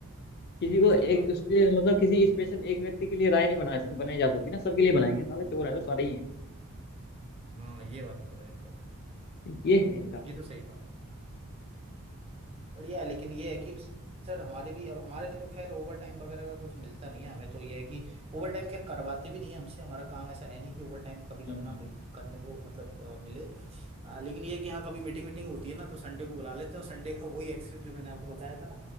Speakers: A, on the left; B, on the right.
A: किसी को एक
B: सही बात
A: उसके मतलब किसी स्पेशल एक व्यक्ति के लिए राय नहीं बनाई बनाई जा सकती ना सबके लिए बनाएंगे साले चोर है तो सारे ही
B: हाँ ये बात तो है खैर
A: हैं ये है इनका
B: ये तो सही कहा बढ़िया है लेकिन ये है कि सर हमारे भी अब हमारे तो खैर ओवर टाइम वगैरह का कुछ मिलता नहीं है हमें तो ये है कि ओवर टाइम खैर करवाते भी नहीं है हमसे हमारा काम ऐसा है नहीं कि ओवर टाइम कभी
A: हम्म
B: करना मिल करने को मतलब अ, मिले अ, लेकिन ये है कि हाँ कभी मीटिंग वीटिंग होती है ना तो संडे को बुला लेते हैं और संडे का वही एक्सक्यूज जो मैंने आपको बताया था ना